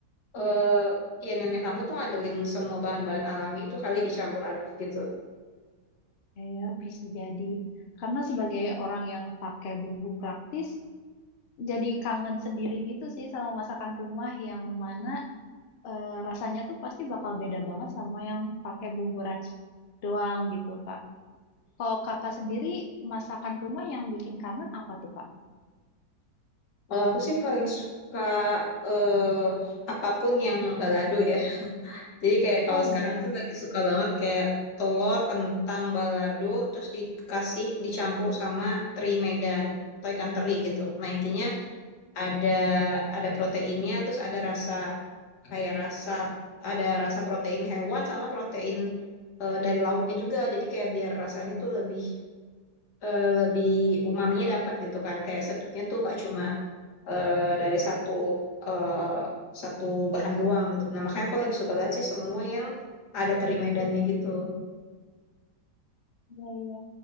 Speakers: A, on the left; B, on the left.
A: eh, ya nenek kamu tuh ngandelin semua bahan-bahan alami itu kali dicampur aduk gitu.
B: Ya, ya bisa jadi. Karena sebagai orang yang pakai bumbu praktis, jadi kangen sendiri gitu sih sama masakan rumah yang mana eh, rasanya tuh pasti bakal beda banget sama yang pakai bumbu racik doang gitu, Kak. Kalau kakak sendiri, masakan rumah yang bikin kangen apa tuh, Kak?
A: Kalau aku sih paling suka eh, apapun yang balado ya. Jadi kayak kalau
B: Oh iya,
A: sekarang tuh lagi suka banget kayak telur, kentang, balado, terus dikasih dicampur sama teri Medan atau ikan teri gitu. Nah intinya ada ada proteinnya, terus ada rasa kayak rasa ada rasa protein hewan sama protein eh, dari lautnya juga. Jadi kayak biar rasanya tuh lebih eh, lebih umaminya dapat gitu kan. Kayak sedapnya tuh nggak cuma eh, dari satu eh, satu bahan doang gitu. Nah, makanya aku lagi suka banget sih semua yang ada teri medannya gitu.
B: iya, iya.